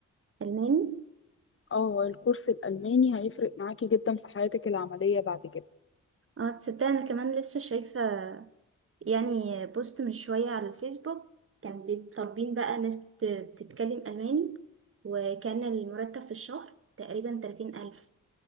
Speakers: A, on the right (about 40°); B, on the left (about 40°).
A: الماني
B: اه الكورس الالماني هيفرق معاكي جدا في حياتك العملية بعد كده
A: اه تصدق انا كمان لسه شايفه يعني بوست من شويه على الفيسبوك كان بي- طالبين بقى ناس بت- بتتكلم الماني وكان المرتب في الشهر تقريبا 30000